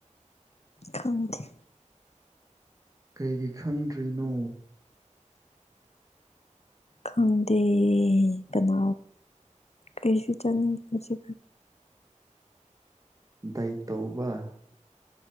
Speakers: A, on the left; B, on the right.
A: ꯈꯥꯎꯗꯤꯦ
B: ꯀꯩꯒꯤ ꯈꯪꯗ꯭ꯔꯤꯅꯣ
A: ꯈꯪꯗꯦ ꯀꯅꯥ ꯑꯩꯁꯨ ꯆꯥꯅꯤꯡꯗꯦ ꯉꯁꯤ
B: ꯗꯥꯏꯠ ꯇꯧꯕ